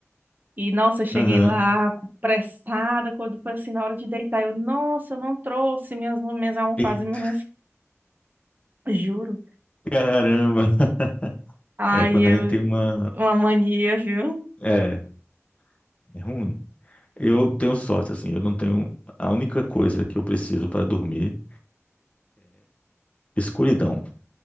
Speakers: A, on the right; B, on the left.
A: E, nossa, eu cheguei
B: Aham.
A: lá com- pressada, quando foi assim, na hora de deitar, eu, nossa, eu não trouxe minhas, minhas almofadas
B: Eita,
A: e minhas... Juro.
B: caramba! <laughs>
A: Ai,
B: É, quando
A: eu...
B: a gente tem uma.
A: Uma mania, viu?
B: É, é ruim. Eu tenho sorte, assim, eu não tenho. A única coisa que eu preciso para dormir, escuridão.